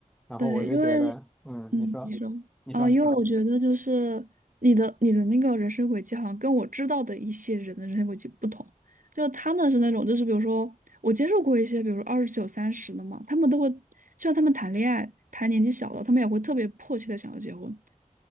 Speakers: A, in the centre; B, on the right.
A: 然后我就觉得，
B: 对，因为
A: 嗯，
B: 嗯，
A: 你说，
B: 你说啊，
A: 你说，
B: 因为我觉得就是你的你的那个人生轨迹，
A: 你说，
B: 好像跟我知道的一些人的人生轨迹不同。就他们是那种，就是比如说我接触过一些，比如说二十九、三十的嘛，他们都会，就算他们谈恋爱，谈年纪小的，他们也会特别迫切的想要结婚，